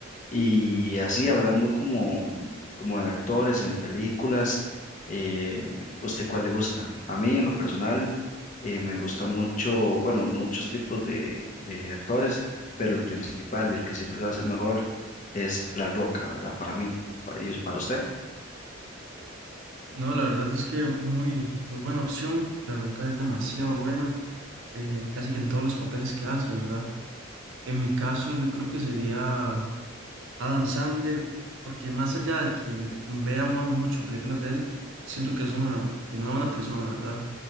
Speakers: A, on the left (about 40°); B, on the right (about 65°).
A: Y así hablando como, como de actores en películas, eh, ¿usted cuál le gusta? A mí en lo personal eh, me gusta mucho, bueno, muchos tipos de, de actores, pero el principal y el que siempre se va a hacer mejor es La Roca, ¿verdad? Para mí, para, y para usted.
B: No, la verdad es que muy, muy buena opción. La Roca es demasiado buena, eh, casi que en todos los papeles que hace, ¿verdad? En mi caso, yo creo que sería Adam Sandler, porque más allá de que vea uno mucho películas de él, siento que es una, como una buena persona, ¿verdad?